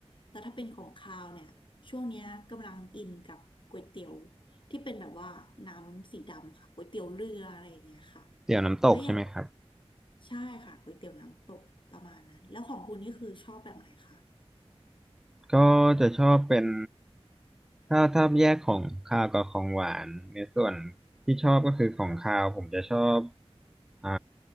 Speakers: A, on the left; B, in the centre.
A: แต่ถ้าเป็นของคาวเนี่ยช่วงเนี้ยกำลังอินกับก๋วยเตี๋ยวที่เป็นแบบว่าน้ำสีดำค่ะก๋วยเตี๋ยวเรืออะไรอย่างเงี้ยค่ะ
B: เตี๋ยวน้ำตกใช่ไหมครับ
A: แล้วอย่างใช่ค่ะก๋วยเตี๋ยวน้ำตกประมาณนั้นแล้วของคุณนี่คือชอบแบบไหนคะ
B: ก็จะชอบเป็นถ้าถ้าแยกของคาวกับของหวานในส่วนที่ชอบก็คือของคาวผมจะชอบอ่า